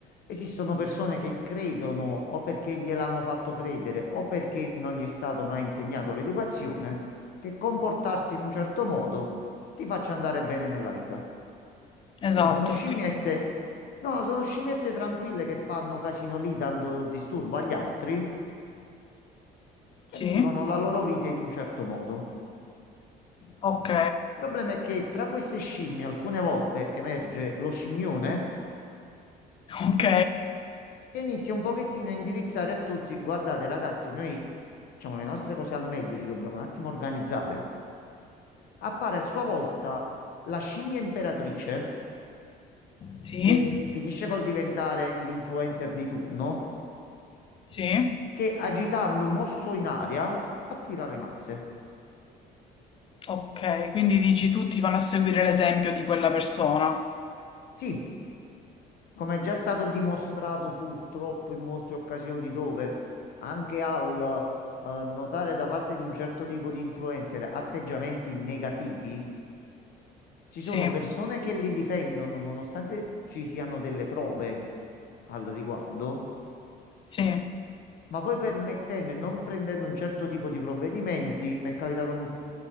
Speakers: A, on the left; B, on the left.
A: esistono persone che credono o perché gliel'hanno fatto credere o perché non gli è stato mai insegnato l'educazione, che comportarsi in un certo modo ti faccia andare bene nella vita.
B: esatto,
A: Quindi sono scimmiette,
B: sì,
A: no, sono scimmiette tranquille che fanno casino lì dando disturbo agli altri e
B: sì,
A: vivono la loro vita in un certo modo.
B: ok,
A: Il problema è che tra queste scimmie alcune volte emerge lo scimmione
B: ok,
A: che inizi un pochettino a indirizzare a tutti. Guardate, ragazzi, noi facciamo le nostre cose al meglio, ci dobbiamo un attimo organizzare. Appare a sua volta la scimmia imperatrice,
B: <laughs> sì.
A: che finisce col diventare l'influencer di turno,
B: Sì.
A: che agitando un osso in aria attira le masse.
B: Okay, quindi dici tutti vanno a seguire l'esempio di quella persona.
A: Sì, come è già stato dimostrato purtroppo in molte occasioni dove anche al eh, notare da parte di un certo tipo di influencer atteggiamenti negativi. Ci
B: Sì,
A: sono persone che li difendono nonostante ci siano delle prove al riguardo,
B: sì,
A: ma poi permettendo e non prendendo un certo tipo di provvedimenti, mi è capitato un